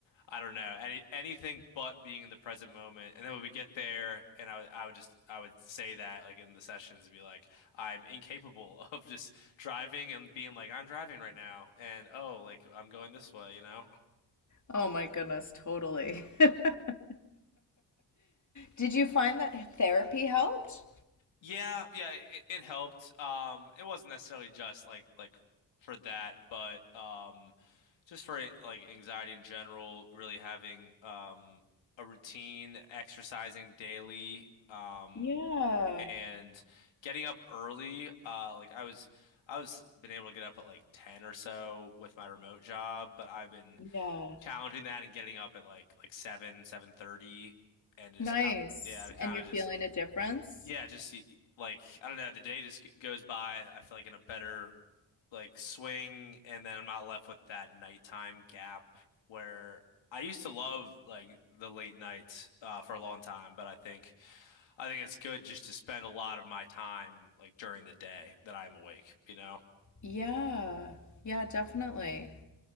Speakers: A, on the left (about 80°); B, on the left (about 40°).
A: I don't know any anything but being in the present moment and then when we get there and I would I would just I would say that like in the sessions be like I'm incapable <laughs> of just driving and being like I'm driving right now and oh like I'm going this way you know
B: Oh my goodness, totally. <laughs> Did you find that therapy helped?
A: Yeah, yeah, it, it helped. Um, it wasn't necessarily just like like for that, but um, just for like anxiety in general, really having um a routine, exercising daily, um,
B: Yeah.
A: and getting up early. Uh, like I was, I was been able to get up at like ten or so with my remote job, but I've been
B: Yeah.
A: challenging that and getting up at like like seven, seven thirty, and just
B: Nice.
A: kind yeah, to kind
B: And you're
A: of just
B: feeling a difference?
A: yeah, just like I don't know, the day just g- goes by, I feel like in a better like swing, and then I'm not left with that nighttime gap where I used to love like the late night uh, for a long time, but I think I think it's good just to spend a lot of my time like during the day that I'm awake, you know?
B: Yeah. Yeah, definitely.